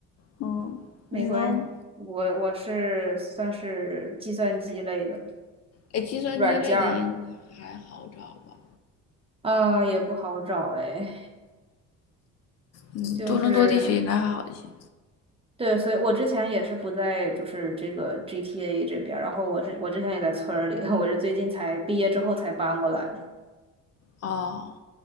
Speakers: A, on the left; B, on the right.
A: 嗯，
B: 没关系，
A: 你呢？
B: 我我是算是计算机类的
A: 哎，计算机类的应该还好找吧？
B: 软件儿，呃，也不好找哎。
A: 嗯，
B: 就是
A: 多伦多地区应该还好一些。
B: 对，所以我之前也是不在，就是这个 GTA 这边儿然后我是我之前也在村儿里，<laughs> 我是最近才毕业之后才搬过来的。
A: 哦，